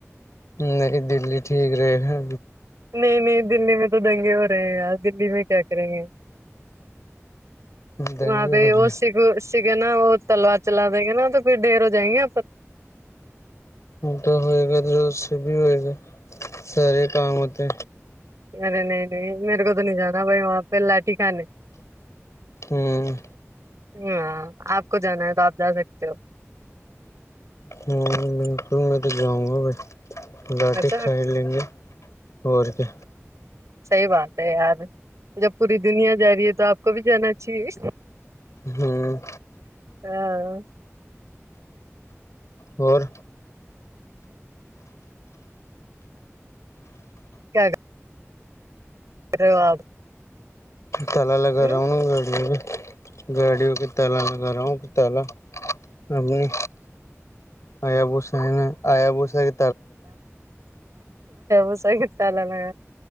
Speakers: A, on the left; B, on the right.
A: نہیں دلی ٹھیک رہے ہیں
B: نہیں نہیں دللی میں تو دنگے ہو رہے ہیں آج دللی میں کیا کریں گے
A: دنگے
B: وہاں پہ
A: ہو رہے
B: وہ س سے نا وہ تلوار چلا دیں گے نا تو پھر ڈھیر ہو جائیں گے
A: تو ہوئے گا دھر اس سے بھی ہوئے گا سارے کام ہوتے
B: اے نہیں نہیں میرے کو تو نہیں جانا بائی وہاں پہ لا ٹھ کانے
A: ہوں
B: ہاں آپ کو جانا ہے تو آپ جا سکتے ہو
A: ہاں ج بالکل میں تو جاؤں گا ب لاٹٹی
B: اچھا
A: کھائی لیں گے اور کے
B: صحی بات ہے یار جب پوری دنیا جا رہی ہے تو آپ کو بھی جانا چاہیے
A: ہوں
B: ہاں
A: اور
B: کیا کر رہے ہو آپ
A: تلا لگا
B: ہوں
A: رہاؤنا گاڑی بھی گاڑیوں کی تال لگا رہا ہوں کہ تالا اپ نے آ بوسا ہے ن آیا بوسا کہ
B: بس گتتاال ن گ